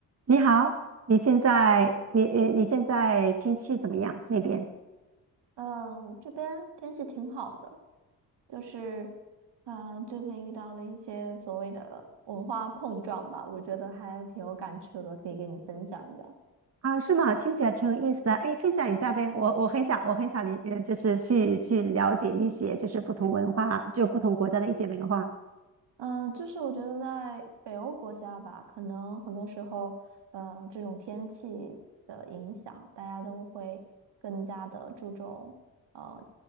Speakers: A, on the right; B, on the right.
A: 你好，你现在你你你现在天气怎么样？那边
B: 呃，这边天气挺好的，就是，呃，最近遇到了一些所谓的文化碰撞吧，我觉得还挺有感触的，可以给你分享一下。
A: 啊，是吗？听起来挺有意思的。哎，分享一下呗，我我很想我很想理，呃，就是去去了解一些就是不同文化，就不同国家的一些文化。
B: 嗯，就是我觉得在北欧国家吧，可能很多时候，呃，这种天气的影响，大家都会更加的注重，呃，